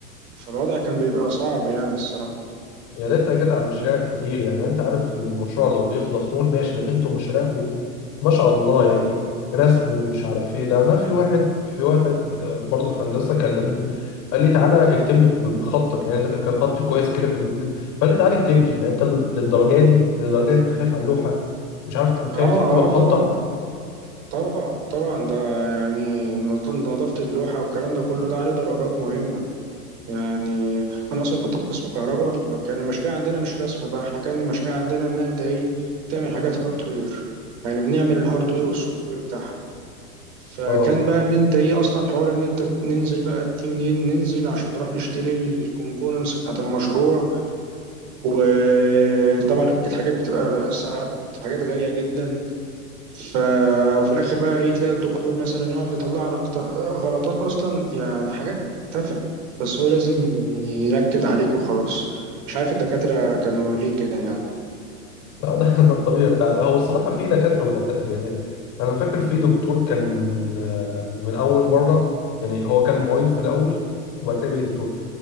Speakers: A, on the right; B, on the left.
A: فالوضع كان بيبقى صعب يعني الصراحة
B: يا ريتها جت على المشاريع كتير يعني انت عارف المشروع لو بيخلص نقول ماشي لكن انتوا مشاريعكم ما شاء الله يعني رسم ومش عارف ايه ده انا في واحد في واحد آه، برضه في هندسة كلمني قال لي تعالى اكتب لي بخطك يعني ده كان خط كويس كده في الانجليزي فقال لي تعالى اكتب لي يعني انت للدرجة دي للدرجة دي انت خايف على اللوحة مش عارف
A: اه
B: خايف تكتبها
A: اه
B: بخطك
A: طبعا طبعا طبعا ده يعني نظ- نظافة اللوحة والكلام ده كله ده عليه درجات مهمة يعني انا اصلا كنت في قسم كهرباء فكان المشاريع عندنا مش رسم بقى احنا كان المشاريع عندنا ان انت ايه تعمل حاجات هاردوير يعني بنعمل الهاردوير والسوفت وير بتاعها فكان
B: اه
A: بقى ان انت ايه اصلا حوار ان انت ننزل بقى التيم ين- ننزل عشان نروح نشتري الكومبوننتس بتاعت المشروع وطبعا كانت حاجات بتبقى ساعات حاجات غالية جدا ف... وفي الاخر بقى ايه تلاقي الدكتور مثلا يقعد يطلع لك ط- غلطات اصلا يعني حاجات تافهه بس هو لازم ينكد عليك وخلاص مش عارف الدكاتره كانوا ليه كده يعني
B: لا ده <laughs> ده الطبيعي بتاع هو الصراحة في دكاترة ودكاترة يعني أنا فاكر في دكتور كان آه، من أول مرة يعني هو كان معيد في الأول وبعد كده بقى دكتور